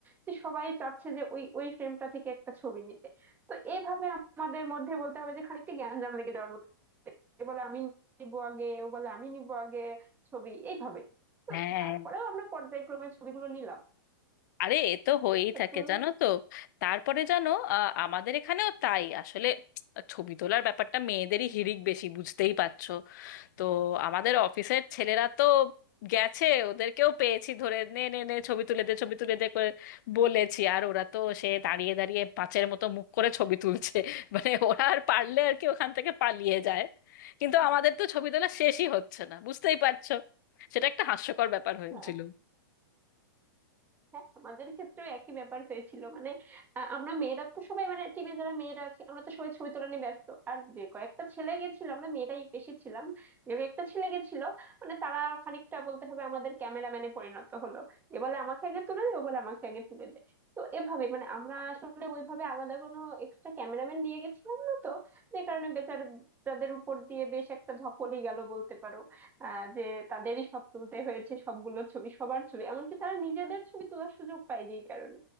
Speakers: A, on the right; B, on the left.
A: যে সবাই চাচ্ছে যে ওই ওই ফ্রেমটা থেকে একটা ছবি নিতে তো এইভাবে আমাদের মধ্যে বলতে হবে যে খানিকটা জ্ঞানজাম লেগে যাওয়ার মতো এ বলে আমি নিবো আগে ও বলে আমি নিবো আগে ছবি এইভাবে তো
B: হ্যাঁ
A: তারপরেও আমরা পর্যায়ক্রমে ছবিগুলো নিলাম
B: আরে এ তো হয়েই
A: তো
B: থাকে
A: তুমি
B: জানো তো তারপরে জানো আহ, আমাদের এখানেও তাই আসলে ছবি তোলার ব্যাপারটা মেয়েদেরই হিড়িক বেশি বুঝতেই পারছো তো আমাদের অফিসের ছেলেরা তো গেছে ওদেরকেও পেয়েছি ধরে নে নে নে ছবি তুলে দে ছবি তুলে দে করে বলেছি আর ওরা তো সে দাঁড়িয়ে দাঁড়িয়ে পাঁচের মতো মুখ করে ছবি তুলছে <laughs> মানে ওরা আর পারলে আর কি ওখান থেকে পালিয়ে যায় কিন্তু আমাদের তো ছবি তোলা শেষই হচ্ছে না বুঝতেই পারছো সেটা একটা হাস্যকর ব্যাপার হয়েছিল
A: হ্যাঁ হ্যাঁ আমাদের ক্ষেত্রেও একই ব্যাপার হয়েছিল মানে আ, আমরা মেয়েরা তো সবাই মানে টিমে যারা মেয়েরা আছে আমরা তো সবাই ছবি তোলা নিয়ে ব্যস্ত আর যে কয়েকটা ছেলে গেছিল আমরা মেয়েরাই বেশি ছিলাম যে কয়েকটা ছেলে গেছিল মানে তারা খানিকটা বলতে হবে আমাদের ক্যামেরাম্যানে পরিণত হলো এ বলে আমাকে আগে তুলে দে ও বলে আমাকে আগে তুলে দে তো এভাবে মানে আমরা আসলে ওইভাবে আলাদা কোনো এক্সট্রা ক্যামেরাম্যান নিয়ে গেছিলাম না তো যে কারণে বেচারাদের উপর দিয়ে বেশ একটা ধকলই গেল বলতে পারো আহ, যে তাদেরই সব তুলতে হয়েছে সবগুলো ছবি সবার ছবি এমনকি তারা নিজেদের ছবি তোলার সুযোগ পায়নি এই কারণে